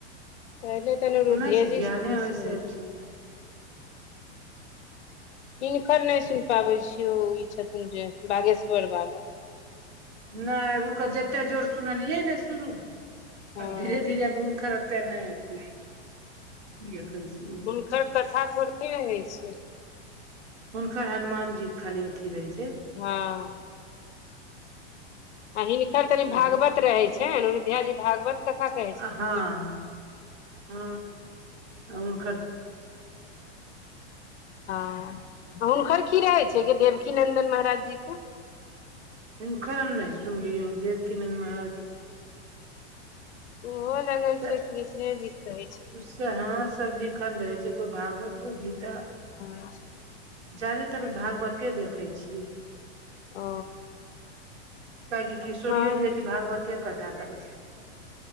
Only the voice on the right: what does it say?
सुनै छी ज्ञाने
होइ छै
सब चीज
नहि ओकर जते जोर सुनलियै ने शुरू आब
धीरे धीरे हुनकर केना नै अथि देखै छिय
हुनकर हनुमान जी के खाली अथी रहै छै
हँ
अहाँ हँ हँ हुन
हुनकर हम नहि सुनलिय देवकीनन्द महाराज जी कें
से
से
उससे हां सब लिखल रहे छै कोई भागवत कोई गीता
ज्यादेतर भागवते देखै छीयै
कियाकि किशोरियो
जी देखि भागवते कथा करै छै